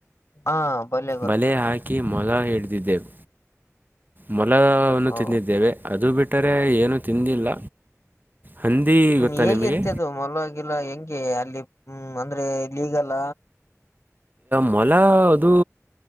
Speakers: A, on the left (about 60°); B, on the right (about 35°).
A: ಹಾ ಬಲ್ಲೆ ಗೊತ್ತು
B: ಬಲೆ ಹಾಕಿ ಮೊಲ ಹಿಡಿದಿದ್ದೆವು ಮೊಲವನ್ನು
A: ಓ
B: ತಿಂದಿದ್ದೇವೆ ಅದು ಬಿಟ್ಟರೆ ಏನೂ ತಿಂದಿಲ್ಲ ಹಂದಿ
A: ಹ್ಮ್
B: ಗೊತ್ತಾ
A: ಹೇಗಿರ್ತ
B: ನಿಮಗೆ
A: ಅದು ಮೊಲವಾಗಿಲ್ಲ ಹೆಂಗೆ ಅಲ್ಲಿ ಹ ಅಂದ್ರೆ ಲೀಗಲ
B: ಮೊಲ ಅದು